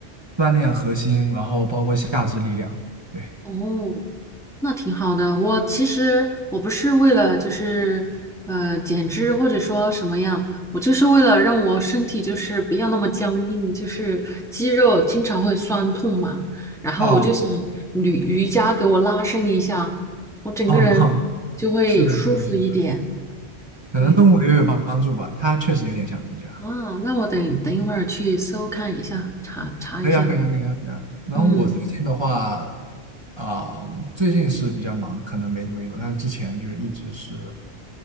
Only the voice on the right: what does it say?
锻炼核心，然后包括下肢力量。对，
哦
哦，<laughs> 是的，是的，是的，可能动物流有帮帮助吧，
它确实有点像瑜伽。
可以啊，可以啊，可以啊，可以啊。然后我最近的话，
啊、最近是比较忙，可能没怎么运动，但之前就是一直是，